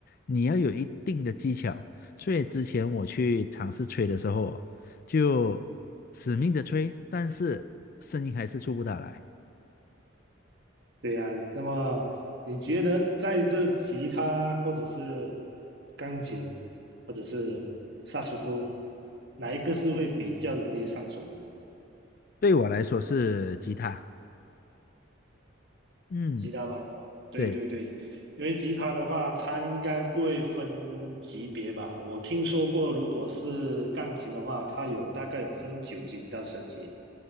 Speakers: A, on the left (about 45°); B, on the right (about 60°).
A: 你要有一定的技巧。所以之前我去尝试吹的时候哦就死命的吹，但是声音还是出不大来。
B: 对呀、那么你觉得在这吉他或者是钢琴或者是萨克斯风，哪一个是会比较容易上手的？
A: 对我来说是吉他，嗯。
B: 吉他吗？对对对，
A: 对。
B: 因为吉他的话，它应该不会分级别吧？我听说过，如果是钢琴的话，它有大概有分九级到十级。